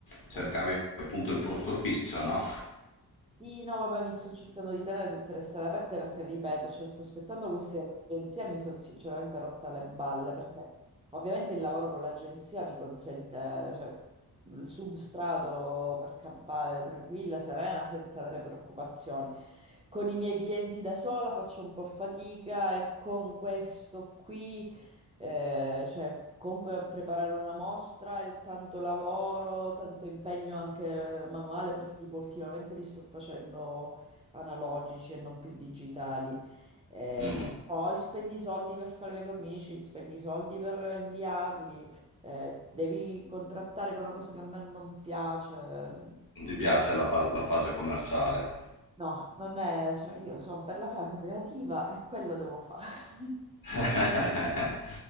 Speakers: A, on the left (about 55°); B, on the right (about 15°).
A: cercavi
B: Eh.
A: appunto il posto fisso, no?
B: Sì, no, vabbè, mi sto cercando di tenere tutte le strade aperte perché, ripeto, cioè, sto aspettando queste agenzie e mi sono sinceramente rotta le balle perché ovviamente il lavoro con l'agenzia mi consente, cioè, il substrato per campare tranquilla, serena, senza avere preoccupazioni. Con i miei clienti da sola faccio un po' fatica e con questo qui... Eh, cioè, comunque preparare una mostra è tanto lavoro, tanto impegno anche eh, manuale, perché tipo ultimamente li sto facendo analogici e non più digitali. Eh,
A: Mhm.
B: poi spendi i soldi per fare le cornici, spendi i soldi per inviarli, eh, devi contrattare con una cosa che a me non piace.
A: Non ti piace la, par- la fase commerciale?
B: No, non è, cioè, io sono per la fase creativa e quello devo fare.
A: <laughs>